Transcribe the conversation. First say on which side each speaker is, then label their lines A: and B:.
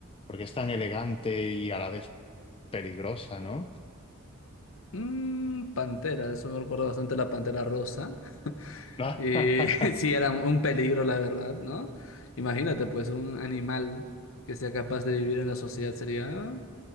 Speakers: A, on the left; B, on the left.
A: porque es tan elegante y a la vez peligrosa, ¿no?
B: Mm, Pantera, eso me recuerda bastante a la Pantera Rosa.
A: <laughs>
B: Eh, <laughs> sí, era un peligro, la verdad, ¿no? Imagínate, pues, un animal que sea capaz de vivir en la sociedad sería